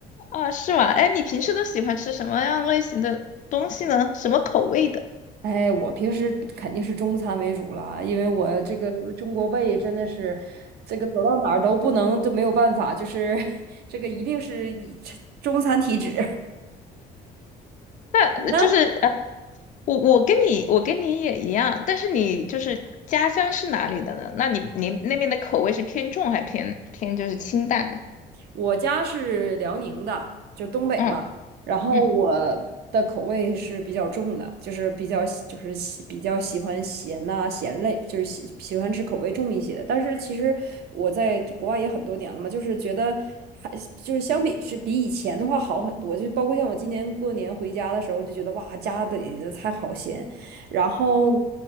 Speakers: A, on the left; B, on the right.
A: 啊，是吗？哎，你平时都喜欢吃什么样类型的东西呢？什么口味的？
B: 哎，我平时肯定是中餐为主了，因为我这个中国胃真的是，这个走到哪儿都不能都没有办法，就是 <laughs> 这个一定是以吃中餐体质。
A: 那呃就是呃，
B: <laughs> 你呢？
A: 我我跟你我跟你也一样，但是你就是家乡是哪里的呢？那你你那边的口味是偏重还偏偏就是清淡呢？
B: 我家是辽宁的，就东北嘛，
A: 嗯
B: 然后我的口味是比较重的，
A: 嗯
B: 就是比较喜就是喜比较喜欢咸呐、咸类，就是喜喜欢吃口味重一些的。但是其实我在国外也很多年了嘛，就是觉得还就是相比是比以前的话好很多，就包括像我今年过年回家的时候，就觉得哇，家里的菜好咸。然后，